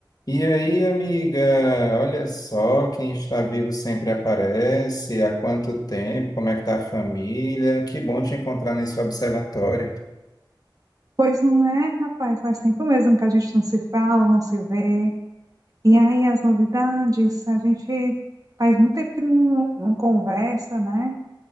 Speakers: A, on the left (about 50°); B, on the right (about 45°).
A: E aí, amiga, olha só, quem está vivo sempre aparece. Há quanto tempo? Como é que tá a família? Que bom te encontrar nesse observatório.
B: Pois não é, rapaz, faz tempo mesmo que a gente não se fala, não se vê. E aí as novidades, a gente faz muito tempo que não, não conversa, né?